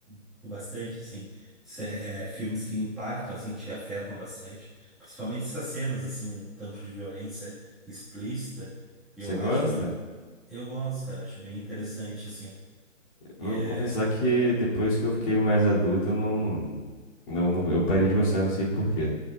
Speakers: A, in the centre; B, on the left.
A: curto bastante, assim, se- é, filmes que impactam, assim, te afetam bastante, principalmente essas cenas, assim, um tanto de violência explícita, eu
B: Você gosta?
A: acho, eu gosto, cara, acho bem interessante, assim.
B: Eu
A: É,
B: vou confessar que depois que eu fiquei mais adulto, eu não, não, não- eu parei de gostar, não sei por quê.